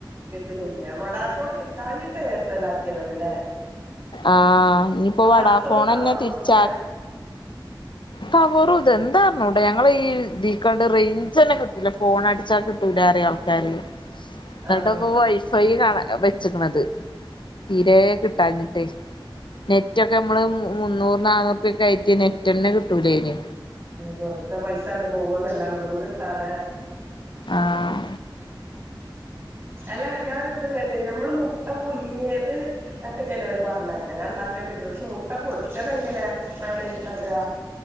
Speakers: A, on the right; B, on the left.
A: കിട്ട്ണില്ല വഡാഫോൺ കിട്ടാഞ്ഞിട്ട് എയർടെൽ ആക്കി ആക്കിയാണല്ലേ
B: ആഹ ഇനിപ്പോ വടാഫോൺന്നെ
A: അടുത്തൊന്നും ടവർ
B: തിരിച്ചാക്കി
A: ഒന്നുംല്ല
B: ടവറും ഇതും എന്താർഞ്ഞൂട ഞങ്ങളെ ഈ ഇതീകണ്ട് റേഞ്ച് തന്നെ കിട്ടൂല ഫോൺ അടിച്ചാ കി ട്ടറിയും ആൾക്കാര് ഇന്നിട്ടൊക്കെ
A: ആഹ്
B: പയി കാണ വെച്ച്ക്കണത് തീരെ കിട്ടാഞ്ഞിട്ടേ ന നെറ്റൊക്കെ നമ്മള് മുന്നൂറ് നാന്നൂർപ്യക്ക് കയറ്റി നെറ്റെന്നെ കിട്ടൂലേന്
A: വെറുതെ പൈസണ്ട് പോവാന്നല്ലാത ഒന്നും കിട്ടാതെ
B: ആഹ
A: അല്ല ഞാൻ ഒരു ഇത് കേട്ട് നമ്മൾ മുട്ട പുഴുങ്ങിയത് ഒക്കെ ചെലോര് പറഞ്ഞെ ഞാൻ ഇണ്ടാക്കിക്കിട്ടു പക്ഷെ മുട്ട പൊരിച്ചതെങ്ങനെ മയോണിസ് ഇണ്ടാക്കാ